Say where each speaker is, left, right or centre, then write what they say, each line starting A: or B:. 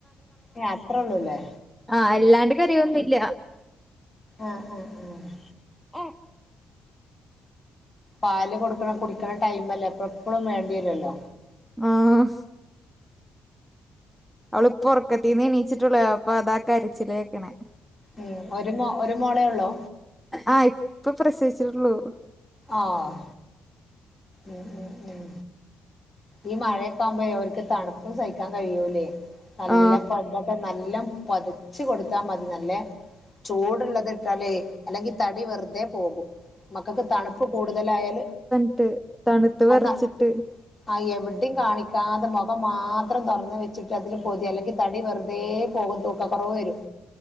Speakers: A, on the left (about 30°); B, in the centre.
A: ഏഹ് അത്രേ ഉള്ളൂല്ലേ
B: ആഹ് അല്ലാണ്ട് കരയൊന്നുല്ല
A: ആഹ് ആഹ് ആഹ്
B: ഉം
A: പാല് കൊട്ക്ക്ണെ കുടിക്ക്ണെ ടൈമല്ലെപ്പൊ എപ്പളും വേണ്ട്യേരോലോ
B: ആഹ് അവള് പ്പൊ ഒറക്കത്തീന്ന് ണീച്ച്ട്ടൊള്ളു അപ്പൊ അതാ കരിച്ചിലേക്ക്ണെ
A: ഏഹ് ഒരു മോ ഒരു മോളേഒള്ളോ
B: ആഹ് ഇപ്പ പ്രസവിച്ച്ട്ട്ള്ളൂ
A: ആഹ് ഉം ഉം ഉം ഈ മഴയൊക്കാവുമ്പളേയ് ഓൽക്ക് തണുപ്പും സഹിക്കാൻ കഴിയൂലേ നല്ല
B: ആ
A: പ നല്ലോം പൊതച്ച് കൊട്ത്താ മതി നല്ലെ ചൂട്ള്ളത് ട്ടാലേ അല്ലെങ്കി തടി വെർതേ പോകും മക്കക്ക് തണ്പ്പ് കൂടുതലായാല്
B: ട്ട് തണ്ത്ത് വെറച്ച്ട്ട്
A: അത് ആഹ് എവ്ടീം കാണിക്കാതെ മൊഖം മാത്രം തൊറന്ന് വെച്ച്ട്ട് അതില് പൊത്യാ അല്ലെങ്കിൽ തടി വെർതേ പോകും തൂക്ക കൊറവ് വെരും